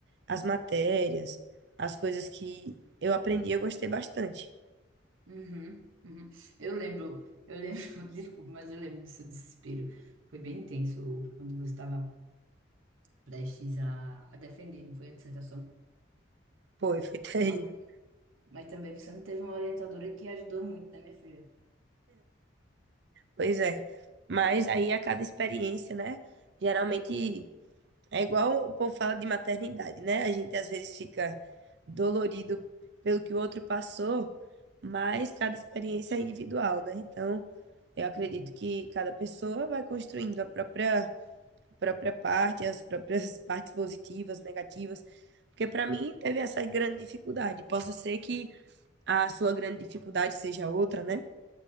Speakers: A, on the right; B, on the right.
A: às matérias, as coisas que eu aprendi, eu gostei bastante.
B: Uhum. Uhum. Eu lembro, eu lembro, <laughs> desculpa, mas eu lembro do seu desespero. Foi bem intenso quando você estava prestes a, a defender, não foi a dissertação.
A: Foi, foi <laughs> terrível.
B: Ma- Mas, também você não teve uma orientadora que ajudou muito, né, minha filha?
A: Pois é. Mas aí a cada experiência, né? Geralmente é igual o povo fala de maternidade, né? A gente às vezes fica dolorido pelo que o outro passou, mas cada experiência é individual, né? Então, eu acredito
B: Uhum.
A: que cada pessoa vai construindo a própria, a própria parte, as próprias <laughs> partes positivas, negativas. Porque para mim teve essa grande dificuldade. Possa ser que a sua grande dificuldade seja outra, né?